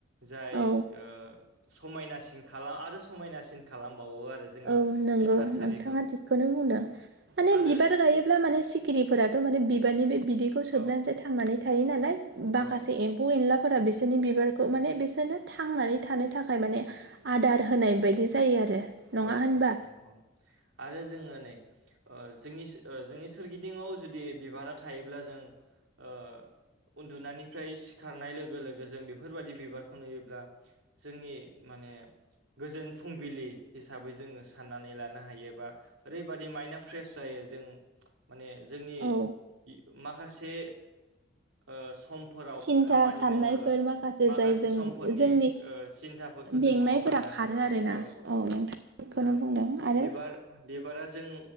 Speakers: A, on the right (about 80°); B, on the right (about 55°).
A: जाय
B: औ
A: ओ समायनासिन खाला आरो समायनासिन खालामबावो आरो जोंनि
B: औ नंगौ
A: बे थासारिखौ
B: नोंथाङा थिगखौनो बुंदों माने
A: आरो
B: बिबार गायो ब्ला माने सिखिरिफोराथ' माने बिबारनि बे बिदैखौ सोबनानैसो
A: औ
B: थांनानै थायो नालाय, बाखासे
A: औ
B: एम फै एनलाफोरा बिसोरनि बिबारखौ माने बिसोरनो थांनानै थानो थाखाय माने आदार होनाय बायदि जायो आरो नङा
A: औ
B: होनबा
A: औ नंगौ आरो जोङो नै ओ जोंनि सो जोंनि सोरगिदिङाव जुदि बिबारा थायोब्ला जों ओ उन्दुनायनिफ्राय सिखारनाय लोगो लोगो जों बेफोरबायदि बिबारखौ नुयोब्ला जोंनि माने गोजोन फुंबिलि हिसाबै जोङो साननानै लानो हायो बा ओरैबादि माइन्डआ फ्रेस जायो जों माने जोंनि
B: औ
A: माखासे ओ सम फोराव
B: सिन्था
A: खामानि
B: साननायफोर
A: मावनो माखासे
B: जाय जों
A: समफोरनि
B: जोंनि
A: ओ सिन्था फोरखौ
B: मेंनायफोरा
A: जों बावगारलाङो
B: खारो आरोना
A: औ औ
B: नोंथां थिगखौनो
A: दा
B: बुंदों आरो
A: बिबार बिबारा जों